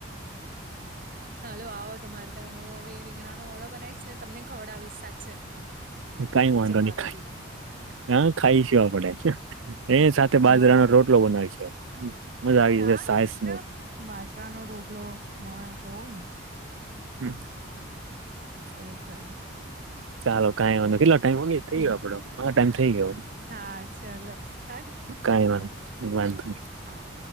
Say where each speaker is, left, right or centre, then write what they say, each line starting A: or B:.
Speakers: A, on the right; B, on the right.
A: હાલો, આવો તમારે તો, હું હવે રીંગણાનો ઓળો બનાવીશ ને, તમને ખવડાવીશ સાચા છે.
B: કઈ વાદો
A: મારો
B: ની.
A: બી.
B: હા ખાઈશી આપડે, એ સાથે
A: હા
B: બાજરાનો રોટલો બનાવીશું. મજા
A: અરે
B: આવી
A: હા,
B: જશે સાસ
A: એકદમ
B: ને
A: બાજરાનો રોટલો બહુ મસ્ત કરો.
B: હમ.
A: હમ, સરસ લાગે.
B: ચાલો, કં એ કેટલો ટાઈમ હો થઈ
A: ઠીક
B: ગયો, આપડો
A: છે
B: ટાઈમ થઈ ગયો.
A: હા ચલો હા ને.
B: કાંઈ
A: ઓકે
B: વાંધો નથી.
A: હા